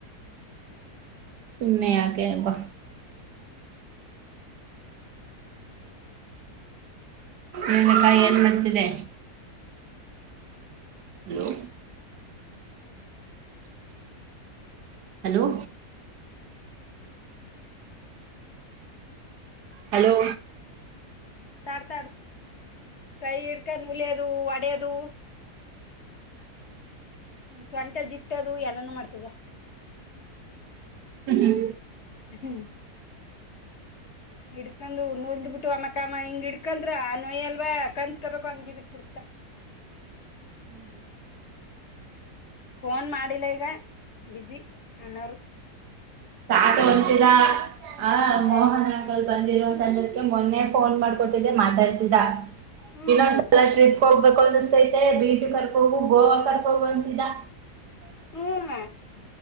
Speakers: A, on the right; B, on the left.
A: ನ ಆಕ ಬ ನಲಕಾಯಿ ಏನ್ ಮಾಡ್ತಿದೆ ಹಲೋ ಹಲೋ ಹಲೋ
B: ತಾಡ್ತಾಡು ಕೈ ಇಡ್ಕ ನಲದು ಒಡದು ಹ್ಮ ಸೊಂಟ ಜಿಟ್ಟದು ಎಲ್ಲಾನೂ ಮಾಡ್ತದ
A: ಹ್ಮ್
B: ಹ್ಮ್ ಹಿಡ್ಕೊಂಡ್ ನೋಲ್್ ಬಿಟ್ಟು ಅಮ್ಮಕ್ಕಮ್ಮ ಹಿಂಗ ಹಿಡ್ಕಂದ್ರ ಆ ನೋಯ್ ಅಲ್ವಾ ಕಂದತ್ಕಬೇಕು ಹಂಗಿಗ ಇಟ್ಬಿ
A: ಹ್ಮ್
B: ಫೋನ್ ಮಾಡಿಲ್ಲ ಈಗ ಜಿ ಅನೋರು
A: ಆತ ಹೊಂಂತಿದ ಆ ಮೋಹನ್
B: ಏ
A: ಆಗಲ್ ಬಿಕ್ಕೆ ಮೊನ್ನೆ ಫೋನ್ ಮಾಡ್ಕೊಟ್ಟಿದ್ದೆ ಮಾತಾಡ್ತರಾ
B: ಹ್ಮ್
A: ಇನ್ನೊಂದ್ಸಲ್ರಿಪ್ ಕರ್ ಹೋಗ್ಬೇಕು ಅಂದ ಸತೈತೆ ಬೀಚ್ ಕರ್ಕ ಹೋಗು ಗೋವಾ ಕರ್ಕ ಹೋಗು ಅಂತಿನ
B: ಹ್ಮ